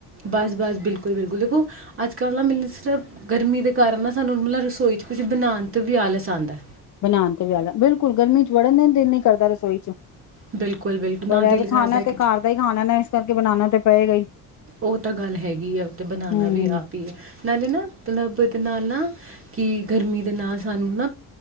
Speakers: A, on the right; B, on the left.
A: ਬਸ ਬਸ ਬਿਲਕੁਲ ਬਿਲਕੁਲ ਦੇਖੋ ਅੱਜ ਕੱਲ ਨਾ ਮਤਲ ਸ ਗਰਮੀ ਦੇ ਕਾਰਨ ਨਾ ਸਾਨੂੰ ਮਤਲਬ ਰਸੋਈ ਚ ਕੁਝ ਬਣਾਣ ਤੇ ਵੀ ਆਲਸ ਆਂਦਾ ਹੈ।
B: ਬਣਾਣ ਤੇ ਵੀ ਆਦਾ ਬਿਲਕੁਲ ਗਰਮੀ ਚ ਵੜਨ ਦੇ ਦਿਨ ਹੀ ਕਰਦਾ ਰਸੋਈ ਚ
A: ਬਿਲਕੁਲ ਬਿਲਕੁਲ
B: ਪਰ
A: ਨਾ ਦਿਲ
B: ਇਹ ਵੀ
A: ਕਰਦਾ
B: ਖਾਣਾ ਤੇ
A: ਕਿ
B: ਘਰ ਦਾ ਹੀ ਖਾਣਾ ਨਾ ਕਰਕੇ ਬਣਾਣਾ ਤੇ ਪਏਗਾ ਹੀ।
A: ਉਹ ਤਾਂ ਗੱਲ ਹੈਗੀ ਆ ਓ ਬਣਾਣਾ
B: ਹੂੰ।
A: ਵੀ ਆਪ ਹੀ ਹੈ ਨਾੇ ਨਾ ਮਤਲਬ ਤੇ ਨਾਲ ਨਾ ਕਿ ਗਰਮੀ ਦੇ ਨਾਲ ਸਾਨੂੰ ਨਾ